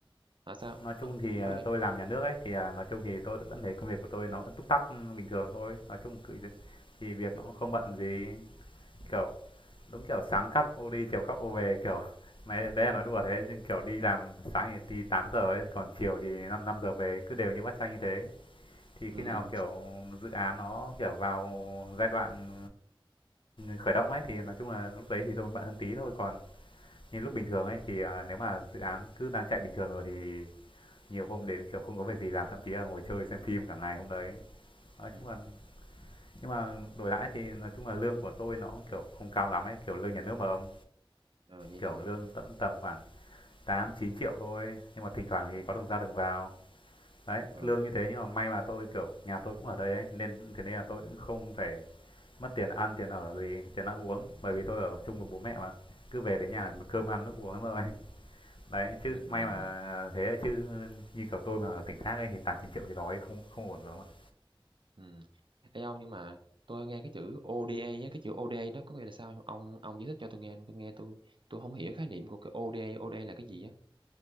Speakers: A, on the right (about 60°); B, on the left (about 65°).
A: Hả, sao?
B: nói
A: Ờ,
B: chung thì,
A: cô
B: à,
A: nói đi.
B: tôi làm nhà nước ấy, thì, à, nói chung thì tôi vẫn thấy công việc của tôi nó vẫn túc tắc, ừ, bình thường thôi. Nói chung cứ thì việc nó cũng không bận gì, kiểu, đúng kiểu sáng cắp ô đi, chiều cắp ô về, kiểu <laughs> mấy đấy là nói đùa thế, chứ, kiểu, đi làm sáng thì đi tám giờ ấy, còn chiều thì 5 năm năm giờ về, cứ đều như bát canh như thế. Thì khi
A: Ừm,
B: nào, kiểu, dự án nó, kiểu, vào giai đoạn, khởi động ấy, thì nói chung là lúc đấy thì tôi mới bận hơn tí thôi. Còn như lúc bình thường ấy thì, à, nếu mà dự án cứ đang chạy bình thường rồi thì nhiều hôm đến kiểu không có việc gì làm thậm chí là ngồi chơi xem phim cả ngày hôm đấy nói
A: ừm,
B: chung là nhưng mà đổi lại thì nói chung là lương của tôi nó cũng kiểu không cao lắm ấy kiểu lương nhà nước mà ông
A: à, vậy
B: kiểu
A: hả?
B: lương tầm tầm khoảng 8 9 triệu thôi nhưng mà thỉnh thoảng thì
A: Ừm,
B: có đồng ra đồng vào đấy
A: ờ,
B: lương như thế nhưng mà may mà tôi kiểu nhà tôi cũng ở đây ấy nên thế nên là tôi cũng không phải mất tiền ăn tiền ở gì tiền ăn uống bởi vì tôi ở chung với bố mẹ mà cứ về đến nhà
A: à,
B: là
A: vậy
B: có cơm
A: hả?
B: ăn nước uống rồi <laughs> đấy chứ
A: Ừm,
B: may mà thế chứ như kiểu tôi mà ở tỉnh khác ấy thì tám chín triệu thì đói không không ổn rồi không ạ
A: ừm. Ê, ông nhưng mà tôi nghe cái chữ ODA á, cái chữ ODA đó có nghĩa là sao hông? Ông ông giải thích cho tôi nghe, tôi nghe tôi tôi hông hiểu khái niệm của cái ODA, ODA là cái gì á?